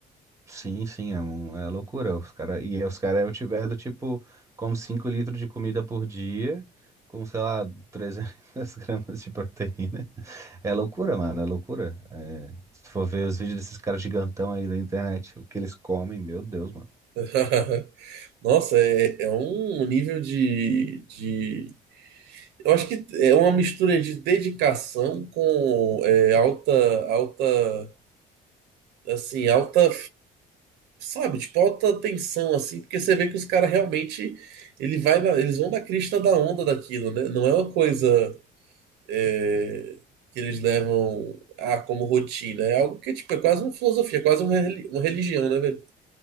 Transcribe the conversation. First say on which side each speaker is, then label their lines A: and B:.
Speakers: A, on the right (about 15°); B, on the right (about 80°).
A: Sim, sim, é, um, é loucura. Os cara, e os caras eu tiver do tipo, como 5 litros de comida por dia, com, sei lá, 300 <laughs> gramas de proteína. É loucura, mano, é loucura. É, se for ver os vídeos desses caras gigantão aí da internet, o que eles comem, meu Deus, mano.
B: <laughs> Nossa, é, é um nível de, de. Eu acho que é uma mistura de dedicação com é, alta, alta, assim, alta, sabe, tipo, alta tensão, assim, porque você vê que os caras realmente, ele vai na- eles vão na crista da onda daquilo, né? Não é uma coisa é, que eles levam ah, como rotina, é algo que, tipo, é quase uma filosofia, é quase uma, reli- uma religião, né, velho?